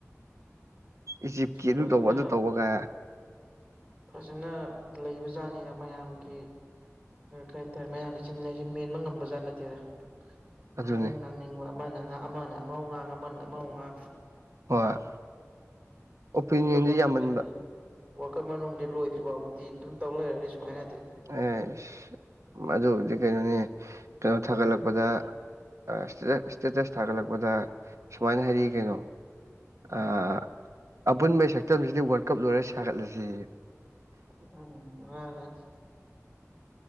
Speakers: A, on the right; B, on the right.
A: ꯏꯖꯤꯞꯀꯤ ꯑꯗꯨ
B: ꯐꯖꯅ
A: ꯇꯧꯕ ꯑꯗꯨ ꯇꯧꯕꯒ
B: ꯐꯖꯅ ꯂꯩꯕꯖꯥꯠꯅꯤꯗ ꯃꯌꯥꯝꯒꯤ ꯎꯝ ꯀꯩ ꯍꯥꯏꯇꯥꯔꯦ ꯃꯌꯥꯝꯒꯤ ꯆꯤꯟ ꯍꯥꯏꯁꯦ ꯃꯦꯟꯕ ꯉꯝꯕ ꯖꯥꯠ ꯅꯠꯇꯦꯗꯥ
A: ꯑꯗꯨꯅꯤ
B: ꯉꯥꯡꯅꯤꯡ ꯉꯥꯡꯅꯤꯡꯕ ꯑꯃꯅꯥ ꯉꯥꯡ ꯑꯃꯅ ꯑꯃ ꯑꯃꯨꯛ ꯉꯥꯡ ꯑꯃꯅ ꯑꯃ ꯑꯃꯨꯛ ꯉꯥꯡ
A: ꯍꯣꯏ ꯑꯣꯄꯤꯅꯤꯌꯟꯗꯤ
B: ꯋꯥꯔꯜ ꯀꯞ ꯃꯅꯨꯡꯁꯤꯗꯤ
A: ꯌꯥꯝꯃꯟꯕ
B: ꯋꯥꯔꯜ ꯀꯞ ꯃꯅꯨꯡꯗꯤ ꯂꯣꯏꯗ꯭ꯔꯤ ꯐꯥꯎꯕꯗꯤ ꯑꯗꯨꯝ ꯇꯧ ꯂꯩꯔꯅꯤ ꯁꯨꯃꯥꯏꯅꯗꯤ
A: ꯑꯦꯁ ꯃꯗꯨꯕꯨꯗꯤ ꯀꯩꯅꯣꯅꯦ ꯀꯩꯅꯣ ꯊꯥꯒꯠꯂꯛꯄꯗꯥ ꯑꯥ ꯏꯁꯇꯦꯇꯠ ꯏꯁꯇꯦꯇꯁ ꯊꯥꯒꯠꯂꯛꯄꯗ ꯁꯨꯃꯥꯏꯅ ꯍꯥꯏꯔꯛꯏ ꯀꯩꯅꯣ ꯑꯥ ꯑꯄꯨꯟꯕꯒꯤ ꯁꯛꯇꯝꯁꯤꯗꯤ ꯋꯥꯔꯜ ꯀꯞ ꯂꯣꯏꯔ ꯁꯥꯒꯠꯂꯁꯦꯌꯦ
B: ꯎꯝ ꯃꯥꯅꯦ